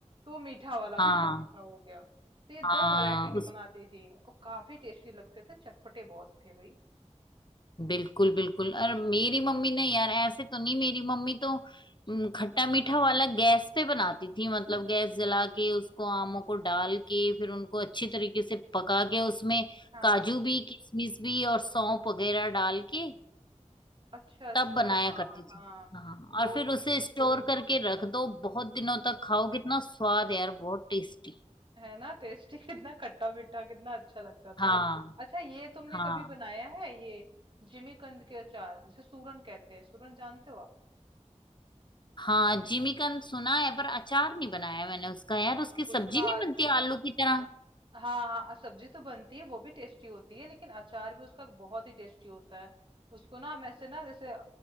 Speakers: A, on the right; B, on the left.
A: तो मीठा वाला
B: हाँ
A: खट्टा मीठा हो गया तो ये
B: हाँ
A: दो वैरायटी के बनाती थी और काफी टेस्टी लगते थे चटपटे बहुत थे भाई
B: बिल्कुल बिल्कुल और मेरी मम्मी ने यार ऐसे तो नहीं मेरी मम्मी तो हम्म, खट्टा मीठा वाला गैस पे बनाती थी मतलब गैस जला के उसको आमों को डाल के फिर उनको अच्छी तरीके से पका के उसमें
A: हाँ
B: काजू भी किशमिश भी और सौंफ वगैरह डाल के
A: अच्छा अच्छा
B: तब बनाया
A: हाँ
B: करती
A: हाँ
B: थी हाँ
A: वो
B: और फिर उसे स्टोर करके रख दो बहुत दिनों तक खाओ कितना स्वाद है यार बहुत टेस्टी
A: है ना टेस्टी <laughs> कितना खट्टा मीठा कितना अच्छा लगता
B: हाँ
A: था अच्छा ये तुमने
B: हाँ
A: कभी बनाया है ये जिमीकंद के अचार जिसे सूरन कहते हैं सूरन जानते हो आप
B: हाँ जिमीकंद सुना है पर अचार नहीं बनाया मैंने उसका यार
A: हाँ
B: उसकी सब्जी
A: उसका
B: नहीं
A: अचार
B: बनती आलू की तरह
A: हाँ, हाँ, सब्जी तो बनती है वो भी टेस्टी होती है लेकिन अचार भी उसका बहुत ही टेस्टी होता है उसको ना हम ऐसे ना जैसे अ,